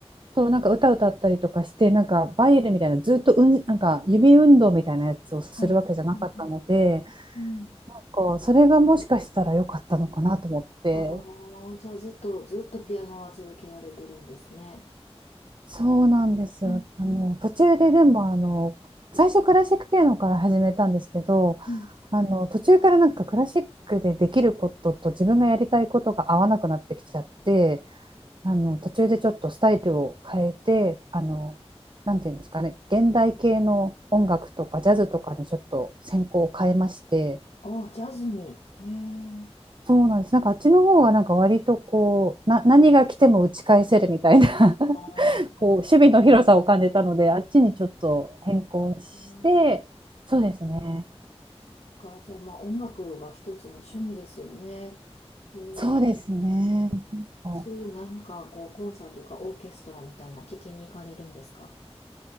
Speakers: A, on the right (about 50°); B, on the left (about 80°).
A: と、なんか歌歌ったりとかして、なんかバイエルみたいな、ずっとうん、なんか指運動みたいなやつをするわけじゃなかったので、
B: はいはいはい。うん。
A: なんかそれがもしかしたら良かったのかなと思って、
B: ああ、じゃあずっと、ずっとピアノは続けられてるんですね。
A: そうなんですよ。
B: うんうん
A: あの、途中ででも、あの、最初クラシックピアノから始めたんですけど、
B: はい。
A: あの、途中からなんかクラシックでできることと自分がやりたいことが合わなくなってきちゃって、あの、途中でちょっとスタイルを変えて、あの、なんていうんですかね、現代系の音楽とかジャズとかにちょっと専攻を変えまして、
B: ああ、ジャズに。へえ。
A: そうなんです。なんかあっちの方はなんか割とこう、な、何が来ても打ち返せるみたいな
B: ああ、
A: こう守備の広さを感じたので、あっちにちょっと変更して、
B: へえ。
A: そうですね。
B: そっか。じゃあまあ音楽が一つの趣味ですよね。うん、
A: そうですね。なんか
B: そういうなんかこうコンサートというかオーケストラみたいな聞きに行かれるんですか